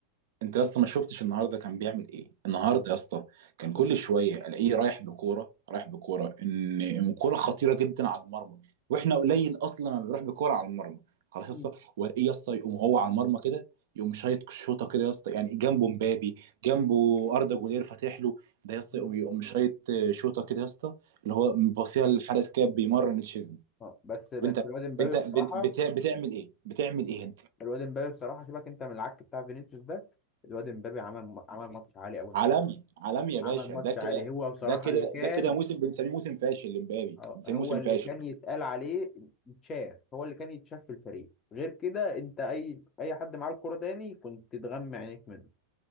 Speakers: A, on the right; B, on the left.
A: انت يا اسطى ما شفتش النهارده كان بيعمل ايه النهارده يا اسطى كان كل
B: مم.
A: شويه الاقيه رايح بكوره رايح بكوره ان إن كوره خطيره جدا على المرمى واحنا قليل اصلا ما بنروح بكوره على المرمى خلاص يا
B: مم.
A: اسطى والاقيه يا اسطى يقوم هو على المرمى كده يقوم شايط شوطه كده يا اسطى يعني جنبه مبابي جنبه
B: مم.
A: اردا جولير فاتح له ده يا اسطى
B: مم.
A: يقوم يقوم شايط شوطه كده يا اسطى اللي هو باصيها للحارس كده بيمرن تشيزني
B: آه، بس بس
A: وانت
B: الواد مبابي
A: انت بت-
B: بصراحه
A: بت- بتعمل ايه بتعمل ايه انت
B: الواد مبابي بصراحه سيبك انت من العك بتاع فينيسيوس ده الواد مبابي عمل عمل ماتش عالي قوي
A: عالمي عالمي يا باشا
B: عمل ماتش
A: ده كده
B: عالي هو بصراحه
A: ده كده
B: اللي كان
A: ده كده موسم بنسميه موسم فاشل لمبابي
B: آه،
A: بنسميه
B: هو
A: موسم
B: اللي
A: فاشل
B: كان يتقال عليه يتشاف هو اللي كان يتشاف في الفريق غير كده انت اي اي حد معاه الكرة تاني كنت تغمى عينيك منه